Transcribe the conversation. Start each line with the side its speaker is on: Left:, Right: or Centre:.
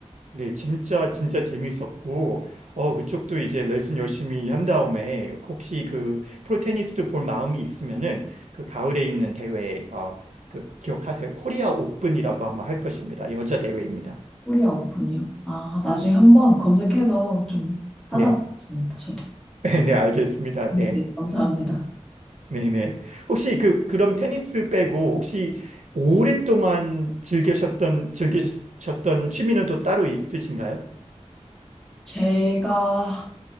Right: 네, 진짜 진짜 재밌었고 어 그쪽도 이제 레슨 열심히 한 다음에 혹시 그 프로테니스도 볼 마음이 있으면은 그 가을에 있는 대회 어그 기억하세요. 코리아 오픈이라고 아마 할 것입니다. 여자 대회입니다.
Centre: 코리아 오픈이요. 아, 나중에 한번 검색해서 좀 찾아보겠습니다,
Right: 네.
Centre: 저도.
Right: <laughs> 네, 알겠습니다. 네.
Centre: 네, 감사합니다.
Right: 네, 네. 혹시 그 그럼 테니스 빼고 혹시 오랫동안 즐기셨던 즐기셨던 취미는 또 따로 있으신가요?
Centre: 제가,